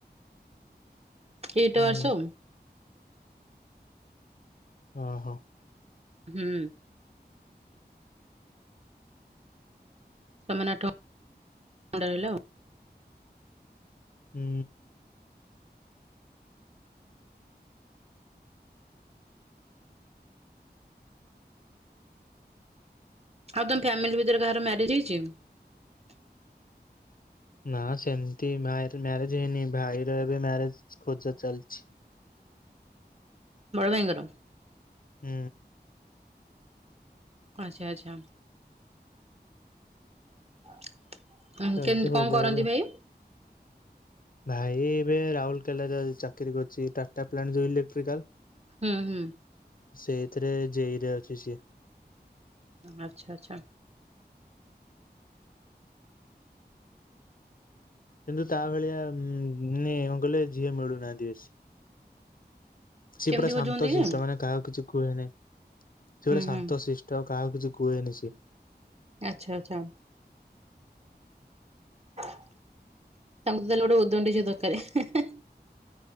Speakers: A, on the right; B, on the left.
A: ଏତ
B: ହୁଁ
A: ଆସବ।
B: ହ ହୋ।
A: ହୁଁ। ତମନାଟ ରହିଲ ଆଉ।
B: ହୁଁ।
A: ଆଉ ତମ ଫ୍ୟାମିଲି ଭିତରେ କାହାର ମ୍ୟାରେଜ ହେଇଛି?
B: ନା ସେମିତି ଭାଇ ମ୍ୟାରେଜ ହେଇନି, ଭାଇର ଏବେ ମ୍ୟାରେଜ ଖୋଜା ଚାଲିଛି।
A: ବଡ ଭାଇଙ୍କର?
B: ହୁଁ।
A: ଆଚ୍ଛା ଆଚ୍ଛା <inaudible> କଣ୍ଟେଣ୍ଟ
B: ଚାଲିଛି ଖୋଜା
A: କଣ କରନ୍ତି
B: ଏବେ ଆଉ।
A: ଭାଇ?
B: ଭାଇ ଏବେ ରାଉରକେଲାରେ ଚାକିରି କରୁଛି ଟାଟାପ୍ଲାଣ୍ଟ ଯୋଉ ଇଲେକ୍ଟ୍ରିକାଲ
A: ହୁଁ ହୁଁ।
B: ସେଇଥିରେ ଜେଇରେ ଅଛି ସିଏ।
A: ଆଚ୍ଛା ଆଚ୍ଛା।
B: କିନ୍ତୁ ତା ଭଳିଆ ଉଁ ମାନେ କଣ କଲେ ଝିଅ ମିଳୁନାହାନ୍ତି ବେଶୀ। ସିଏ
A: କେମିତି
B: ପୁରା ଶାନ୍ତଶିଷ୍ଟ
A: ବୁଝନ୍ତି କି ହୁଁ
B: ମାନେ କାହାକୁ କିଛି କୁହେନି। ସେ ଗୋଟେ ଶାନ୍ତ
A: ହୁଁ
B: ଶିଷ୍ଟ କାହାକୁ କିଛି କୁହେନି ସିଏ।
A: ଆଛା ଆଛା। ତାଙ୍କୁ ତାହେଲେ ଗୋଟେ ଉଦଣ୍ଡି ଝିଅ ଦରକାରେ ହେ ହେ।